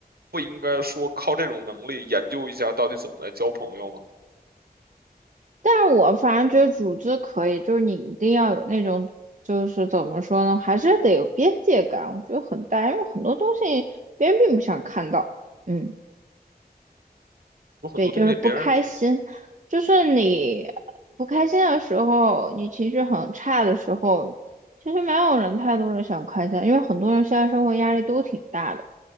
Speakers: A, on the right; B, on the right.
A: 不应该说靠这种能力研究一下到底怎么来交朋友吗？
B: 但我反正觉得组织可以，就是你一定要有那种，就是怎么说呢，还是得有边界感。我觉得很大，因为很多东西别人并不想看到。嗯。
A: 有很多东西别人
B: 对，就是不开心，就是你不开心的时候，你情绪很差的时候，其实没有人太多人想开心，因为很多人现在生活压力都挺大的，